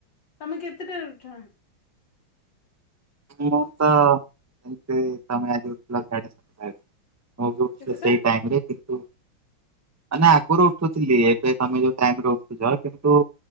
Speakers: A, on the left; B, on the right.
A: ତମେ କେତେଟାରେ ଉଠ?
B: ମୁଁ ତ ଏମିତି ସମୟ ଆଜି ଉଠିଲ ସା଼ ସାତ ମୁଁ
A: କେତେଟା
B: ସେଇ ଟାଇମରେ କିନ୍ତୁ ନା ଆଗରୁ ଉଠୁଥିଲି ଏବେ ତମେ ଯୋଉାଇ ଉଠୁଛି କିନ୍ତୁ